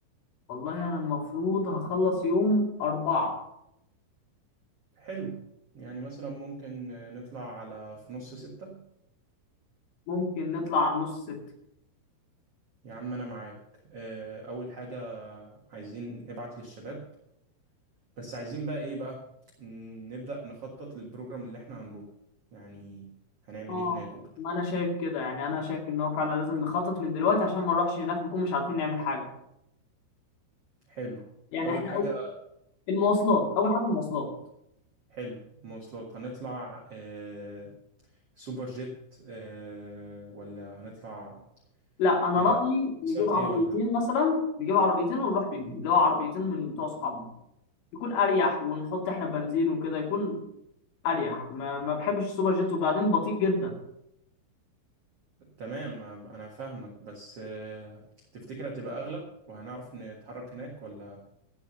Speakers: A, on the left (about 75°); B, on the right (about 65°).
A: والله أنا المفروض هخلص يوم أربعة
B: حلو يعني مثلا ممكن نطلع على في نص ستة
A: ممكن نطلع على نص ست
B: يا عم أنا معاك آه، أول حاجة عايزين ابعت للشباب بس عايزين بقى إيه بقى ن- نبدأ نخطط للبروجرام اللي إحنا هنروحه يعني هنعمل
A: اه
B: إيه هناك وكده
A: ما انا شايف كده يعني انا شايف ان هو فعلا لازم نخطط من دلوقتي عشان ما نروحش هناك نكون مش عارفين نعمل حاجه
B: حلو
A: يعني
B: أول
A: احنا
B: حاجة
A: أو المواصلات اول حاجه المواصلات
B: حلو مواصلات هنطلع آه، سوبر جيت آه، ولا هنطلع
A: لا انا
B: آه،
A: رايي
B: باصات
A: نجيب عربيتين
B: إيه ولا
A: مثلا نجيب عربيتين ونروح بيهم اللي هو عربيتين من بتوع صحابنا يكون اريح ونحط احنا بنزين وكده يكون اريح ما, ما بحبش السوبر جيت وبعدين بطيء جدا
B: تمام انا فاهمك بس آه، تفتكر هتبقى اغلى وهنعرف نتحرك هناك ولا